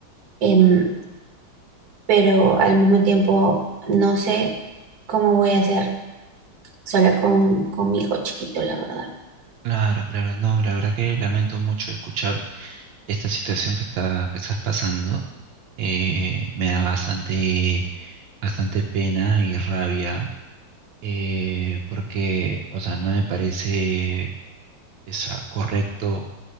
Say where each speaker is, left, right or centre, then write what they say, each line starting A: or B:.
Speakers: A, on the right (about 50°); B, on the right (about 75°).
A: Em, pero al mismo tiempo no sé cómo voy a hacer sola con, con mi hijo chiquito, la verdad.
B: Claro, claro, no, la verdad que lamento mucho escuchar esta situación que está, que estás pasando. Eh, me da bastante, bastante pena y rabia eh, porque, o sea, no me parece, o sea, correcto